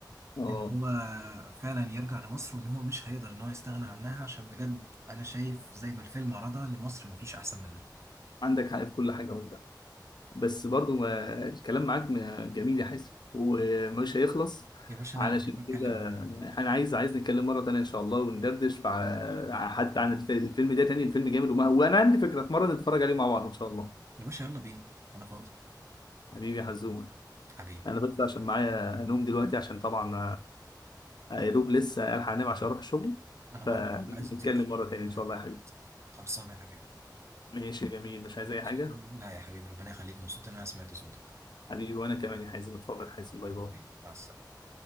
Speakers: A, on the left; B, on the right.
A: اه
B: ان هو فعلا يرجع لمصر وان هو مش هيقدر ان هو يستغنى عنها عشان بجد انا شايف زي ما الفيلم عرضها ان مصر مفيش احسن منها
A: عندك حق في كل حاجه وانت بس برضو ما... الكلام معاك ما- جميل يا حازم ومش هيخلص
B: يا باشا
A: علشان
B: انا اللي بحب اتكلم
A: كده
B: معاكم
A: انا عايز عايز نتكلم مره تانية ان شاء الله وندردش فع- حتى عن الف- الفيلم ده تاني الفيلم جامد وما... وانا عندي فكره في مره نتفرج عليه مع بعض ان شاء الله
B: يا باشا يلا بينا انا فاضي
A: حبيبي يا حزومة
B: حبيبي
A: أنا بس عشان معايا نوم دلوقتي عشان طبعا آه، يا دوب لسه ألحق أنام عشان أروح الشغل
B: انا
A: فنتكلم
B: برضه عايز اطير
A: مرة تانية إن
B: رايح
A: شاء الله يا حبيبي
B: خلصانه يا حبيبي
A: ماشي يا جميل مش عايز
B: مبسوط
A: أي حاجة
B: إن- لا يا حبيبي ربنا يخليك مبسوط ان انا سمعت صوتك
A: حبيبي وأنا كمان يا حازم اتفضل يا حازم باي باي
B: حبيبي مع السلامه